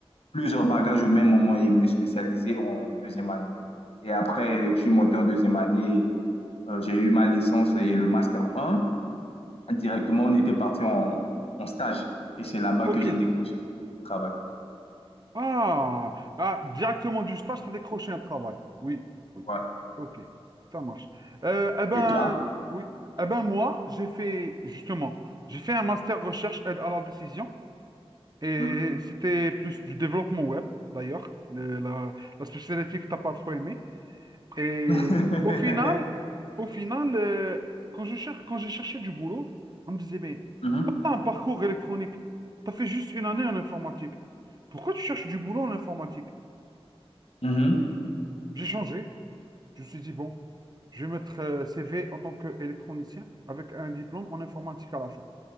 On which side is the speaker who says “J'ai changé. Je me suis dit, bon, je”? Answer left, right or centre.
Right